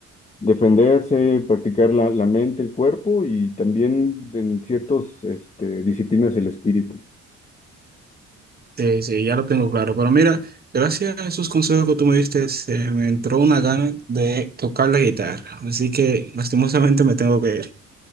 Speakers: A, on the left; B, on the right.
A: defenderse, practicar la, la mente, el cuerpo y también en ciertas este, disciplinas el espíritu.
B: Sí, sí, ya lo tengo claro. Pero mira, gracias a esos consejos que tú me diste, se me entró una gana de tocar la guitarra. Así que lastimosamente me tengo que ir.